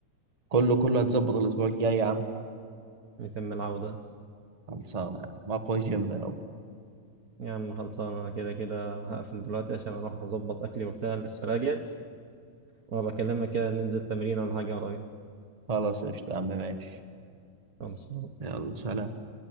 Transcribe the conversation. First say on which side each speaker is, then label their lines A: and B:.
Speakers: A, on the right (about 20°); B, on the right (about 50°).
A: كله كله هتظبط الاسبوع الجاي يا عم
B: يتم العودة
A: خلصانه يا عم اقوى جيم يا رب
B: يا عم خلصانة أنا كده كده هقفل دلوقتي عشان أروح أظبط أكلي وبتاع لسه راجع وهبقى أكلمك كده ننزل تمرين ولا حاجة قريب
A: خلاص قشطه يا عم ماشي
B: خلصانة
A: يلا سلام